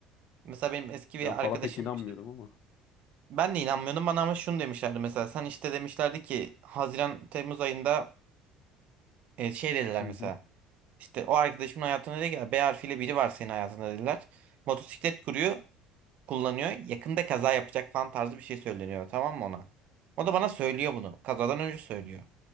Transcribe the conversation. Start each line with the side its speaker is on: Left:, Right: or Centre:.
Right: Mesela benim eski bir
Left: Ben fala
Right: arkadaşım
Left: pek inanmıyorum
Right: işte-
Left: ama.
Right: ben de inanmıyordum bana ama şunu demişlerdi mesela sen işte demişlerdi ki Haziran Temmuz ayında e, şey dediler
Left: Hı
Right: mesela
Left: hı.
Right: işte o arkadaşımın hayatında dedi ki B harfiyle biri var senin hayatında dediler. Motosiklet kuruyor kullanıyor yakında kaza yapacak falan tarzı bir şey söyleniyor tamam mı ona? O da bana söylüyor bunu kazadan önce söylüyor.